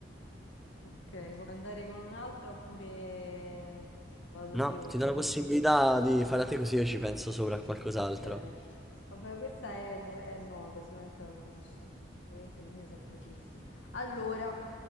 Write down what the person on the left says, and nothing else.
Ok, vuoi andare con un'altra oppure vado io?
Ok, vabbè, questa è, no- è nota, sicuramente la conosci. Ovviamente le mie sempre tristi. Allora,